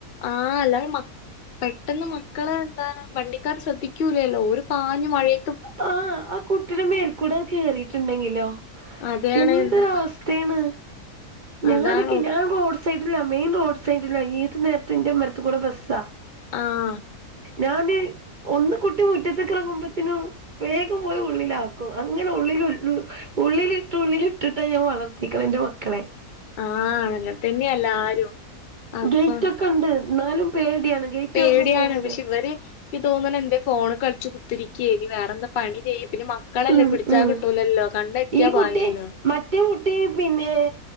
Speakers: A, on the left; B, on the right.
A: ആഹ്. എല്ലാരെ മ്മ പെട്ടെന്ന് മക്കളെ എന്താണ് വണ്ടിക്കാർ ശ്രദ്ധിക്കൂലലൊ? ഓര് പാഞ് മഴ-
B: ആഹ. ആ കുട്ടിയുടെ മേൽക്കൂടെ കേയറിയിട്ടുണ്ടെങ്കിലോ?
A: അതാണ്
B: എന്ത
A: എന്നും പ-
B: അവസ്ഥ- ത്തെണ് ഞാനൊക്കെ
A: അതാണ് ഒന്ന്
B: ഞാൻ റോഡ് സൈഡിലാ. മെയിൻ റോഡ് സൈഡിലാ. ഏത് നേരത്തും ന്റെ മ്മരത്തുകൂടെ ബസ്സാ.
A: ആഹ.
B: ഞാന്, ഒന്ന് കുട്ടി മുറ്റത്ത്ക്ക്റങ്ങുമ്പത്തിനും വേഗം പോയി ഉള്ളിലാകും. അങ്ങനെ ഉള്ളിൽ ഉള്ളിലിട്ട് ഉള്ളിലിട്ടിട്ടാ ഞാൻ വളർത്തിക്കണെ ന്റെ മക്കളെ.
A: ആ. അങ്ങനെതഞ്ഞയാ എല്ലാരും. അപ്പം
B: ഗേയ്റ്റൊക്കെണ്ട് എന്നാലും പേടിയാണ്. ഗേറ്റ്
A: പേടിയാണ്.
B: തുറന്ന് പോവൂലേ
A: പക്ഷെ ഇവര്- എനിക്ക് തോന്നണ് ന്തേ ഫോൺ കളിച്ച് കുത്തിരിക്കയ്നി. വേറെന്ത പണി ചെയ്യ പിന്നെ മക്കളല്ലേ
B: ഉം
A: പിടിച്ചാ
B: ഉം
A: കിട്ടൂലല്ലോ? കണ്ണെറ്റിയാ
B: ഈ കുട്ടി
A: പായല്ലോ?
B: മറ്റേ കുട്ടി പിന്നെ